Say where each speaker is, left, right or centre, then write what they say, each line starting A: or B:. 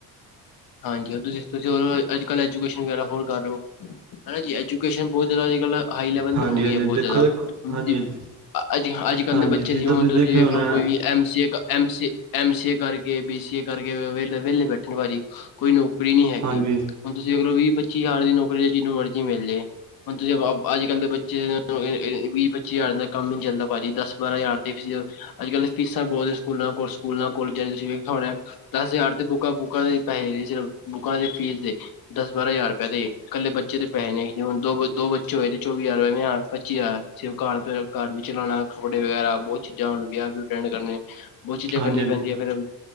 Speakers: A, on the left (about 65°); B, on the right (about 45°).
A: ਹਾਂਜੀ, ਹੁਣ ਤੁਸੀਂ ਹੋ ਅੱਜ ਕੱਲ੍ਹ ਐਜੂਕੇਸ਼ਨ ਵਗੈਰਾ ਹੋਰ ਕਰ ਲੋ ਹਾਂਜੀ ਐਜੂਕੇਸ਼ਨ ਬਹੁਤ ਜ਼ਿਆਦਾ ਅੱਜ ਕੱਲ ਹਾਈ ਲੈਵਲ
B: ਹਾਂਜੀ
A: ਤੇ ਹੋ ਗਈ
B: ਹਾਂਜੀ
A: ਹੈ ਬਹੁਤ
B: ਦੇਖੋ
A: ਜ਼ਿਆਦਾ
B: ਦੇਖੋ
A: ਹੁੱਣ
B: ਹਾਂਜੀ ਹਾਂਜੀ
A: ਅੱਜ ਅੱਜ ਕੱਲ
B: ਹਾਂਜੀ
A: ਦੇ ਬੱਚੇ
B: ਜਿੱਦਾਂ
A: ਜਿਵੇਂ ਹੁਣ ਤੁਸੀਂ
B: ਦੇਖਿਆ
A: ਵੇਖ
B: ਹੋਣਾ
A: ਲਵੋ ਐਮ ਸੀਏ ਐਮ ਸੀਨੇ ਕਰਕੇ ਬੀਸੀਏ ਕਰਕੇ ਵਿਹਲੇ ਵਿਹਲੇ ਬੈਠੇ ਭਾਜੀ ਕੋਈ ਨੌਕਰੀ ਨਹੀਂ ਹੈਗੀ
B: ਹਾਂਜੀ
A: ਹੁਣ ਤੁਸੀਂ ਅੱਗਰ ਵੀਹ ਪੱਚੀ ਹਜ਼ਾਰ ਦੀ ਨੌਕਰੀ ਲਈ ਜਿਹਨੂੰ ਮਰਜ਼ੀ ਮਿਲ ਜਾਏ ਹੁਣ ਤੁਸੀਂ ਅੱਜ ਕੱਲ ਦੇ ਬੱਚੇ ਵੀਹ ਪੱਚੀ ਹਜ਼ਾਰ ਦਾ ਕੰਮ ਨੀ ਚੱਲਦਾ ਭਾਜੀ ਦਸ ਬਾਰਾਂ ਹਜ਼ਾਰ ਅੱਜ ਕੱਲ੍ਹ ਫੀਸਾਂ ਬਹੁਤ ਸਕੂਲਾਂ ਕੋਲ ਸਕੂਲ ਕੋਲ ਜਾਂ ਤੁਸੀਂ ਵੇਖਿਆ ਹੋਣਾ ਦੱਸ ਹਜ਼ਾਰ ਦੇ ਬੁੱਕਾਂ ਬੁੱਕਾਂ ਦੇ ਪੈਸੇ ਸ ਬੁੱਕਾਂ ਦੀ ਫੀਸ ਦੇ ਦੱਸ ਬਾਰਾਂ ਹਜ਼ਾਰ ਰੁਪਇਆ ਦੇ ਇਕੱਲੇ ਬੱਚੇ ਤੇ ਪੈੇਏ ਨੇ ਹੁ ਦੋ ਦੋ ਬੱਚੇ ਹੋਏ ਚੌਵੀ ਹਜ਼ਾਰ ਪੱਚੀ ਹਜ਼ਾਰ ਸਿਰਫ ਘਰ ਘਰ ਵੀ ਚਲਾਉਣਾ ਕੱਪੜੇ ਵਗੈਰਾ ਬਹੁੱਤ ਚੀਜ਼ਾਂ ਵਿਆਹ ਅਟੈਂਡ ਕਰਨੇ ਬਹੁਤ ਚੀਜ਼ਾਂ
B: ਹਾਂਜੀ
A: ਕਰਨੀਆਂ
B: ਹਾਂਜੀ
A: ਪੈਂਦੀਆਂ ਫਿਰ